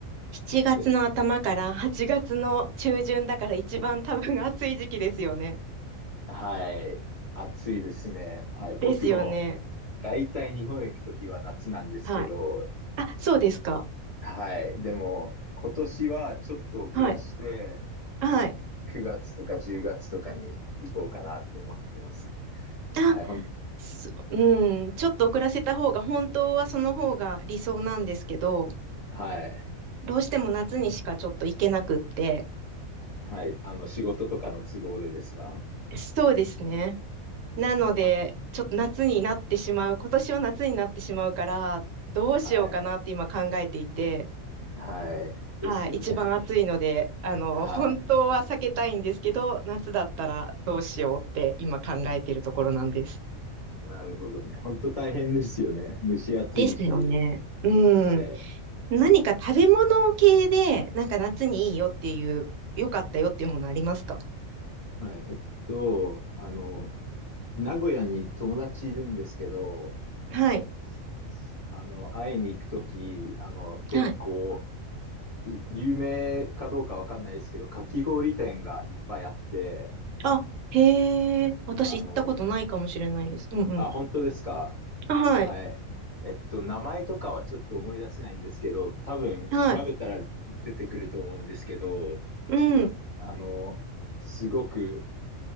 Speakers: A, on the right (about 70°); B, on the left (about 40°).
A: 7月の頭から8月の中旬だから一番多分暑い時期ですよね。
B: で、はい。暑いですね。はい。僕も、
A: ですよね。
B: だいたい日本へ行くときは夏なんですけど、
A: はい。あ、そうですか。
B: はい。でも、今年はちょっと遅らして、
A: はい。はい。
B: 9月とか10月とかに行こうかなって思ってます。
A: あ、
B: はい。ほん、
A: そうん、ちょっと遅らせた方が、本当はその方が理想なんですけど、
B: はい。
A: どうしても夏にしかちょっと行けなくって、
B: はい。あの、仕事とかの都合でですか
A: そうですね。なので、
B: は、
A: ちょっと夏になってしまう、今年は夏になってしまうから、どうしようかなって今考えていて、
B: はい。はい。ですよね。
A: はい、一番暑いので、あの、
B: はい。
A: 本当は避けたいんですけど、夏だったらどうしようって今考えてるところなんです。
B: なるほどね。本当大変ですよね。蒸し暑いし。
A: ですよね。うん。
B: はい。
A: 何か食べ物系で、なんか夏にいいよっていう、良かったよっていうものありますか
B: はい。えっと、あの、名古屋に友達いるんですけど、
A: はい。
B: すすあの、会いに行くとき、あの、結構、
A: はい。
B: い有名かどうかわかんないですけど、かき氷店がいっぱいあって、
A: あ、へえ。私行ったことないかもしれないです。
B: あの、
A: うんうん。
B: あ、本当ですか
A: あはい。
B: はい。えっと、名前とかはちょっと思い出せないんですけど、多分調べたら出てくると思うんですけど、
A: はい。うん。
B: ほん、あの、すごく、